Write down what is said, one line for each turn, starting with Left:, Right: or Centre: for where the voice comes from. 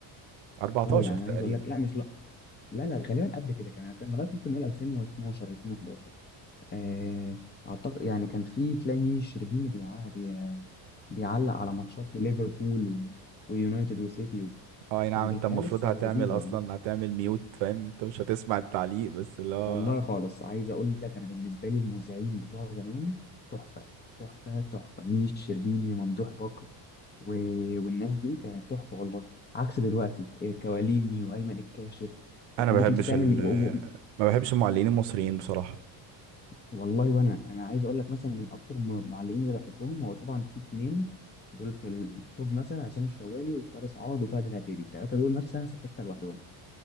Right: 14
Left: اه يعني أنا
Right: تقريبا
Left: عايز أقول لك لا مش لا لا, لا غالبا قبل كده كمان كان لغاية ممكن نقول 2012 2011 آه، أعتقد يعني كان في تلاقي ميمي الشربيني بيع... بي... بيعلق على ماتشات لليفربول و... ويونايتد وسيتي و...
Right: اه اي نعم
Left: كانت
Right: انت
Left: الحياة
Right: المفروض
Left: لسه
Right: هتعمل
Left: لذيذة
Right: اصلا
Left: والله
Right: هتعمل ميوت فاهم انت مش هتسمع التعليق بس اللي هو
Left: والله خالص عايز اقول لك انا بالنسبه لي المذيعين بتوع زمان تحفه تحفه تحفه ميمي الشربيني وممدوح بكر و... والناس دي كانت تحفه والله عكس دلوقتي إيه، كواليني وايمن الكاشف
Right: انا
Left: يخليك
Right: ما بحبش
Left: انت تعمل
Right: ال
Left: و... و...
Right: ما بحبش المعلقين المصريين بصراحة
Left: والله وانا انا عايز اقول لك مثلا من اكتر الم- المعلقين اللي بحبهم هو طبعا في اتنين دول في التوب مثلا عصام الشوالي وفارس عوض وفهد العتيبي التلاته دول مثلا في حته لوحدهم